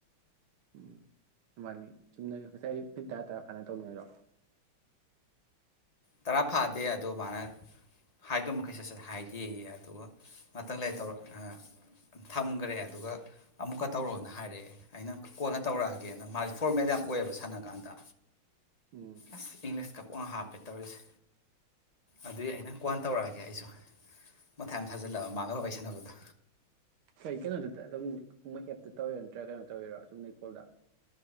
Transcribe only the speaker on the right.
ꯎꯝ ꯑꯗꯨꯕꯥꯅꯤ ꯆꯨꯝꯅꯒ ꯉꯁꯥꯏ ꯑꯩ ꯃꯤꯠ ꯇꯔꯥ ꯇꯔꯥ ꯐꯥꯅ ꯇꯧꯅꯣꯏꯔꯣ
ꯎꯝ
ꯀꯩ ꯀꯩꯅꯣꯗꯨꯗ ꯑꯗꯨꯝ ꯃꯣꯏ ꯑꯦꯞꯇ ꯇꯧꯤꯔꯣ ꯅꯠꯇ꯭ꯔꯒ ꯀꯩꯅꯣ ꯇꯧꯔꯤꯔꯣ ꯑꯁꯨꯝ ꯂꯩ ꯀꯣꯜꯗ